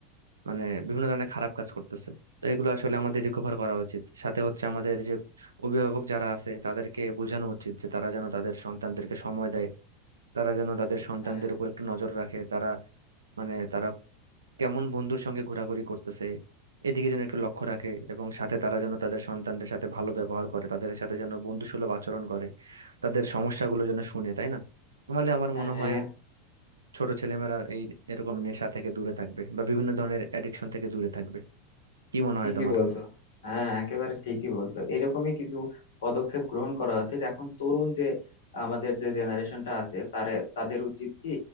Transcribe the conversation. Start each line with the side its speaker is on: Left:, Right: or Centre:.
Right: মানে বিভিন্ন ধরনের খারাপ কাজ করতেছে তো এগুলো আসলে আমাদের রিকভার করা উচিত সাথে হচ্ছে আমাদের যে অভিভাবক যারা আছে তাদেরকে বোঝানো উচিত যে তারা যেন তাদের সন্তানদেরকে সময় দেয় তারা যেন তাদের সন্তানদের
Left: হ্যাঁ
Right: উপর একটু নজর রাখে তারা মানে তারা কেমন বন্ধুর সঙ্গে ঘোরাঘুরি করতেছে এদিকে যেন একটু লক্ষ্য রাখে এবং সাথে তারা যেন তাদের সন্তানদের সাথে ভালো ব্যবহার করে তাদের সাথে যেন বন্ধুসুলভ আচরণ করে তাদের সমস্যাগুলো যেন শুনে তাই না তাহলে আমার
Left: হ্যাঁ
Right: মনে হয় ছোট ছেলেমেয়েরা এই এরকম নেশা থেকে দূরে থাকবে বা বিভিন্ন ধরনের অ্যাডিকশন থেকে দূরে থাকবে কি মনে
Left: ঠিকই
Right: হয় তোমার
Left: বলছো হ্যাঁ একেবারে ঠিকই বলছো এরকমই কিছু পদক্ষেপ গ্রহণ করা উচিত এখন তরুণ যে আমাদের যে জেনারেশনটা আছে তারে তাদের উচিত কি